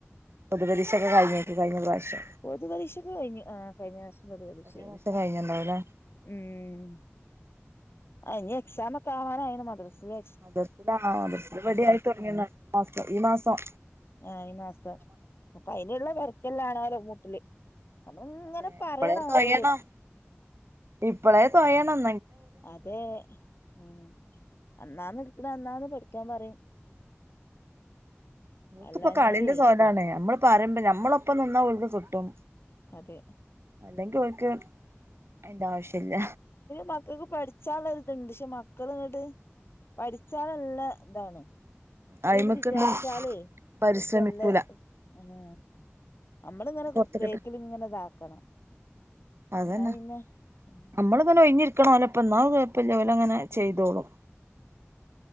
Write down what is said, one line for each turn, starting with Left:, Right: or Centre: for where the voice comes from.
Right: പൊതുപരീക്ഷക്കെ കഴിഞ്ഞു കഴിഞ്ഞ പ്രാവശ്യം
Left: പൊതു പരീക്ഷക്കെ കഴിഞ്ഞ് ആഹ് കഴിഞ്ഞ പ്രാവശ്യം പൊതുപരീക്ഷേന്
Right: കഴിഞ്ഞ പ്രാവശ്യം കഴിഞ്ഞുണ്ടാവുംല്ലേ
Left: ഉം അ ഇഞി എക്സാമൊക്ക ആവാനായിന്നു മദ്രസ്സിലെ
Right: മദർസില് ആഹ് മദർസില് ഇവ്ടി ആയി തൊടങ്ങീന്നു ഈ മാസൊം
Left: ആഹ് ഈ മാസം അപ്പൊ അയിന്ള്ള വെരക്കെല്ല ആണോലൊ കൂട്ട്ല് നമ്മള്ങ്ങനെ
Right: അതെ
Left: പറയ്ണോലോട്
Right: ഇപ്പളേ തൊഴയണം ഇപ്പളേ തൊയേണം
Left: അതേ ഉം അന്നാന്ന് ഇട്ക്ക്ണെ അന്നാന്ന് പഠിക്കാ പറയിം അല്ലാഞ്ഞാലേ
Right: ക്കിപ്പ കളിന്റെ സ്വാദാണെ നമ്മള് പറയുമ്പൊ ഞമ്മളൊപ്പം നിന്നാ ഓൽക് കിട്ടും
Left: അതെ
Right: അല്ലെങ്കി ഓർക്ക് അയിന്റെ ആവശ്യല്ല
Left: മക്കക്ക് പഠിച്ചാള്ളൊര്ത്ണ്ട് പക്ഷെ മക്കള് ഇങ്ങ്ട്ട് പഠിച്ചാന് നല്ല ഇതാണ് ഓല്ങ്ങ്ട്
Right: അയിമക്ക്ണ്ട്
Left: വിചാരിച്ചാലെ
Right: പരിശ്രമിക്കൂല
Left: ഓല്ക്ക് നല്ല ഉം നമ്മള് ഇങ്ങന
Right: പൊറത്ത്ക്ക്ട്ട്
Left: ബേക്കില് ഇങ്ങന ഇതാക്കണം
Right: അതെന്നെ
Left: എന്നാ പിന്നെ ഉം
Right: നമ്മള് ഒഴിഞ്ഞിരിക്ക്ണോലപ്പം ഇന്നാ കൊഴപ്പല്ല ഓല അങ്ങനെ ചെയ്തോളും